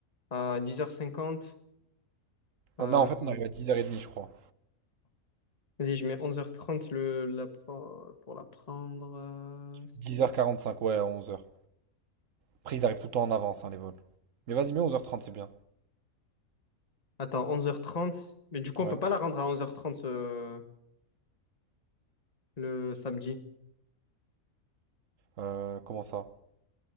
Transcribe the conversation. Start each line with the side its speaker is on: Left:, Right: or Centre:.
Left: à, à 10h50. Euh...
Right: non, en fait, on arrive à 10h30, je crois.
Left: Vas-y, je mets onze heures trente le, la, pre- pour la prendre. euh,
Right: 10h45, ouais, à 11h. Après, ils arrivent tout le temps en avance, hein, les vols. Mais vas-y, mets 11h30, c'est bien.
Left: Attends, onze heures trente. Mais du coup,
Right: Ouais.
Left: on peut pas la rendre à onze heures trente euh, le samedi.
Right: Euh, comment ça?